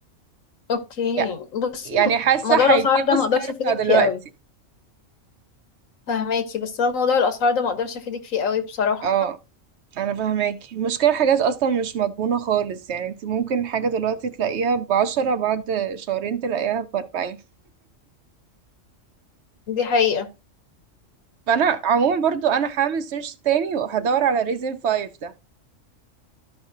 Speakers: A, on the left (about 85°); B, on the right (about 65°).
A: اوكي
B: يع-
A: بصي
B: يعني حاسة
A: موضوع الاسعار
B: هيجيبوا
A: ده
B: السعر
A: ما اقدرش افيدك
B: بتاع دلوقتي
A: فيه قوي فهماكي بس انا موضوع الاسعار ده ما اقدرش افيدك فيه قوي بصراحة
B: اه انا فاهماكي المشكله حاجات اصلا مش مضمونه خالص يعني انت ممكن حاجه دلوقتي تلاقيها بعشرة بعد شهرين تلاقيها باربعين
A: دي حقيقة
B: فانا عموما برضو انا هعمل سيرش تاني وهدور على ريزن فايف ده